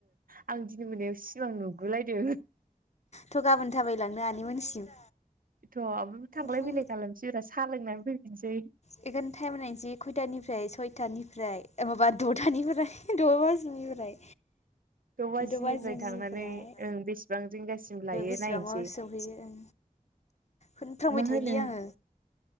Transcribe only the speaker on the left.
थ' गाबोन थाबायलांनो आनैमोननिसिम।
फुं
बेखोनो टाइम नायनोसै खयथानिफ्राय सयथानि ओमफ्राय माबा दथानिफ्राय द बाजिनिफ्राय
द' बाजिनिफ्राय
बेसेबांआव
सौहैगोन। होनफ्रांबाय
थोयोलै
आङो।